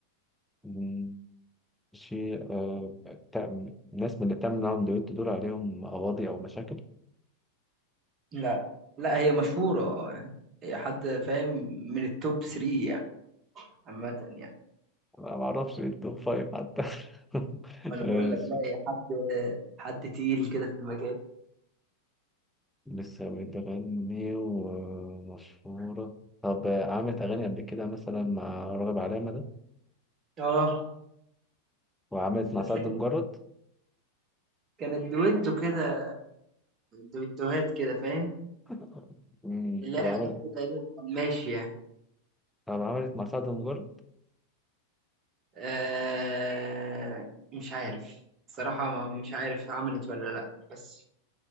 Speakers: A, in the centre; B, on the right.
A: مم، شيء آه، تا- ناس من اللي بتعمل معاهم دويتو دول عليهم قواضي أو مشاكل
B: لا لا هي مشهورة آه، يعني هي حد فاهم من التوب 3 يعني عامة يعني
A: أنا معرفش إيه التوب فايف حتى <laughs>
B: انا
A: ماشي
B: بقول لك لا يا حد حد تقيل كده في المجال
A: لسه بتغني ومشهورة طب آه، عملت أغاني قبل كده مثلا مع راغب علامة ده
B: اه
A: وعملت مع
B: بس
A: سعد
B: كان-
A: مجرد
B: كانت دويتو كده دويتوهات كده فاهم
A: <laughs> مم،
B: اللي
A: طب
B: هي حاجات
A: عملت
B: كده ايه ماشية
A: طب عملت مع سعد مجرد
B: آه مش عارف الصراحة ما- مش عارف عملت ولا لا بس